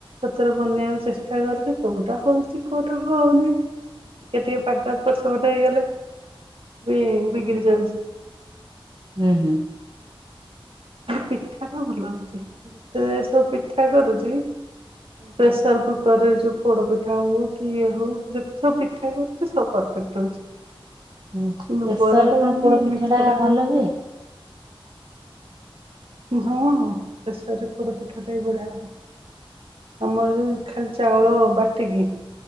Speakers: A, on the right (about 75°); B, on the right (about 50°).
A: ତରେ ବନେଇବାକୁ ଚେଷ୍ଟା କରୁଛି କୋଉଟା ହଉଛି କୋଉଟା ହଉନି ଟିକେ ଟିକେ ପାଗ ଉପରେ ସବୁଟ ହେଇଗଲେ ବି ବିଗିଡି ଯାଉଛି
B: ହୁଁ ହୁଁ
A: ପିଠାଟା ଭଲ ଅଉଛି ଯେତେ ସବୁ ପିଠା କରୁଛି ପ୍ରେସର କୁକର ରେ ଯୋଉ ପୋଡ ପିଠା ହଉ କି ଇଏ ହଉ ଯେତେ ସବୁ ପିଠା କରୁଛି ସବ <unintelligible> କିନ୍ତନ୍ତୁ
B: ହୁଁ। ପ୍ରେସରରେ
A: ବରା ଟା
B: କଣ
A: ହନ
B: ପୋଡ
A: କି
B: ପିଠା
A: ମିଠା ଟା
B: ଭଲ
A: ହଉ
B: ହୁଏ?
A: ହଁ ପ୍ରେସର ପର ପିଠାଟଇ ବଢଆ ହବ ଆମର ଖାଲିଚ ବଳ ବାଟିକ